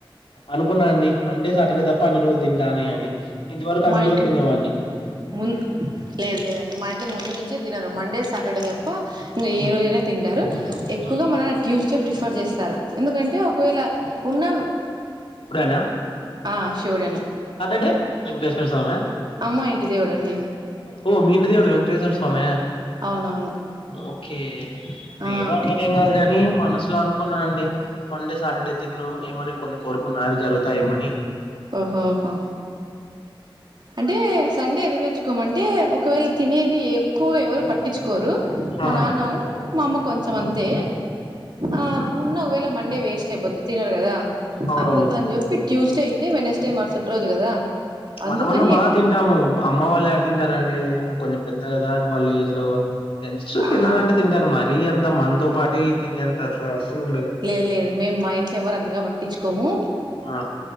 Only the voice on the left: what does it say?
అనుకున్నానండి మండే సాటర్డే తప్ప అన్ని రోజులు తింటా అని ఇది వరకు అన్ని
రోజులు
తినేవాడిని
హ్మ్,
హ్మ్.
నా
ఎ వెంకటేశ్వర్ స్వామ
ఓ మీ ఇంటి దేవుడు వెంకటేశ్వర్ స్వామ
ఓకే
నేను అట్లనేం కాదు కాని మనసులో అనుకున్నానండి మండే సాటర్డే తిన్ను ఏమని కొన్ని కోరుకున్నవి జరుగుతాయేమని
ఆ
అవునవును
మనమన్నా బాగా తింటాము అమ్మ వాళ్ళు యాడ తింటారంండి కొంచెం పెద్ద కదా ఇంకా వాళ్ళ ఏజ్ లో తెన్షే
తినాలంటే తింటారు మరి అంత మనతో పాటె తిినేంత అసలు అస్సలు ఉండదు
ఆ